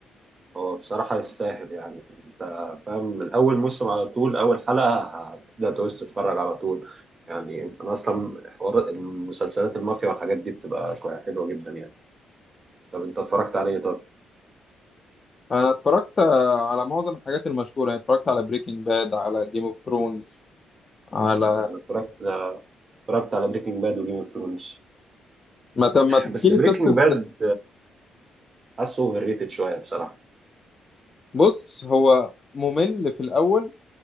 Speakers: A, on the right (about 35°); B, on the left (about 30°).
A: هو بصراحة يستاهل يعني أنت فاهم من أول موسم على طول أول حلقة هتبدأ تعوز تتفرج على طول يعني أنا أصلا حوار المسلسلات المافيا والحاجات دي بتبقى كوي- حلوة جدا يعني طب أنت اتفرجت عليه طب؟
B: انا اتفرجت آه، على معظم الحاجات المشهورة يعني اتفرجت على بريكنج باد على جيم اوف ثرونز على
A: أنا اتفرجت اتفرجت على بريكنج باد وجيم اوف ثرونز
B: ما ت- ما تحكي
A: بس
B: لي
A: بريكنج
B: قصة
A: باد حاسه اوفر ريتد شوية بصراحة
B: بص هو ممل في الاول